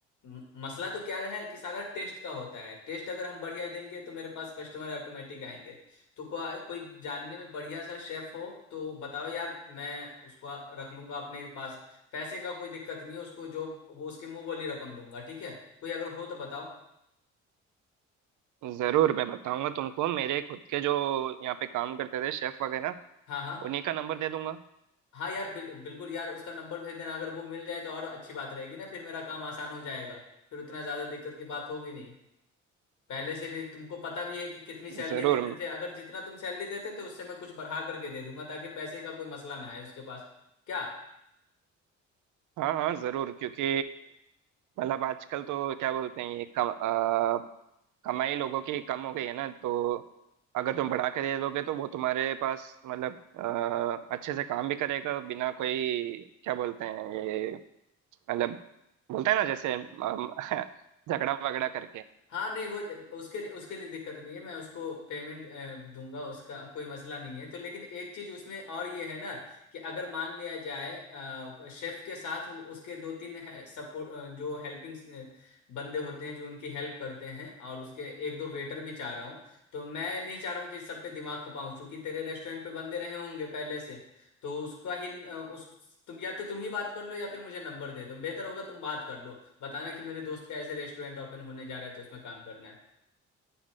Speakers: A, on the left; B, on the right.
A: म- मसला तो क्या है कि सारा टेस्ट का होता है टेस्ट अगर हम बढ़िया देंगे तो मेरे पास कस्टमर ऑटोमेटिक आएंगे तो को, कोई जानने में बढ़िया सा शेफ हो तो बताओ यार मैं उसको रख लूंगा अपने पास पैसे का कोई दिक्कत नहीं है उसको जो वो उसके मुंह बोली रकम दूंगा ठीक है कोई अगर हो तो बताओ
B: जरूर मैं बताऊंगा तुमको मेरे खुद के जो यहाँ पे काम करते थे शेफ वगैरह
A: हाँ हाँ
B: उन्हीं का नंबर दे दूंगा
A: हाँ यार बिल, बिल्कुल यार उसका नंबर भेज देना अगर वो मिल जाए तो और अच्छी बात रहेगी ना फिर मेरा काम आसान हो जाएगा फिर उतना ज्यादा दिक्कत की बात होगी नहीं पहले से भी तुमको पता भी है कि कितनी सैलरी
B: जरूर
A: देते थे अगर जितना तुम सैलरी देते थे उससे मैं कुछ बढ़ा करके दे दूंगा ताकि पैसे का कोई मसला ना आए उसके पास क्या
B: हाँ हाँ जरूर क्योंकि मतलब आजकल तो क्या बोलते हैं ये कम, अ, कमाई लोगों की कम हो गई है ना तो अगर तुम बढ़ा के दे दोगे तो वो तुम्हारे पास मतलब अ, अच्छे से काम भी करेगा बिना कोई क्या बोलते हैं ये मतलब बोलते हैं ना जैसे अम, <laughs> झगड़ा वगड़ा करके
A: हाँ नहीं वो उसके लिए उसके लिए दिक्कत नहीं है मैं उसको पेमेंट दूंगा उसका कोई मसला नहीं है तो लेकिन एक चीज उसमें और ये है ना कि अगर मान लिया जाए शेफ के साथ वो उसके दो तीन सपोर्ट जो हेल्पिंग बंदे होते हैं जो उनकी हेल्प करते हैं और उसके एक दो वेटर भी चाह रहा हूँ तो मैं नहीं चाह रहा हूँ कि सब पे दिमाग खपाऊं क्योंकि तेरे रेस्टोरेंट पे बंदे रहे होंगे पहले से तो उसका ही अ, उस तुम या तो तुम ही बात कर लो या फिर मुझे नंबर दे दो बेहतर होगा तुम बात कर लो बताना कि मेरे दोस्त का ऐसे रेस्टोरेंट ओपन होने जा रहा है तो उसमें काम करना है